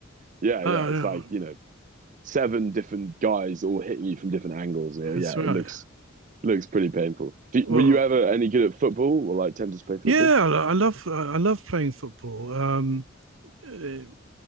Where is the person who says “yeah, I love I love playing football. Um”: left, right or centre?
Right